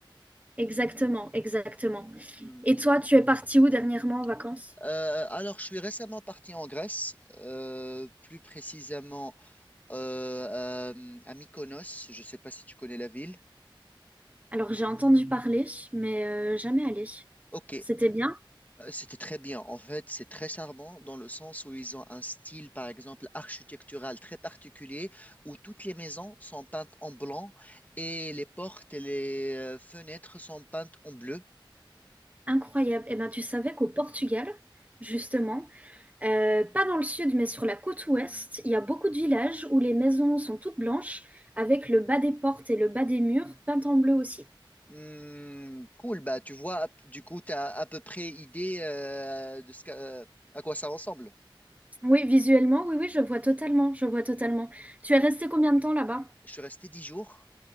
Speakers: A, on the right (about 15°); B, on the left (about 20°).
A: Exactement, exactement.
B: Hmm.
A: Et toi, tu es parti où dernièrement en vacances?
B: Euh, alors, je suis récemment parti en Grèce, euh, plus précisément euh, euh, à Mykonos. Je ne sais pas si tu connais la ville.
A: Alors j'ai entendu parler, mais euh, jamais allé.
B: Ok.
A: C'était bien,
B: Euh, C'était très bien. En fait, c'est très charmant dans le sens où ils ont un style, par exemple, architectural très particulier, où toutes les maisons sont peintes en blanc et les portes et les euh, fenêtres sont peintes en bleu.
A: incroyable. Et ben tu savais qu'au Portugal, justement, euh, pas dans le sud, mais sur la côte ouest, il y a beaucoup de villages où les maisons sont toutes blanches, avec le bas des portes et le bas des murs peints en bleu aussi.
B: Hmm, cool, bah tu vois, du coup, tu as à peu près idée euh, de ce qu'à- à quoi ça ressemble.
A: Oui, visuellement, oui, oui, je vois totalement, je vois totalement. Tu es resté combien de temps là-bas?
B: Je suis resté dix jours.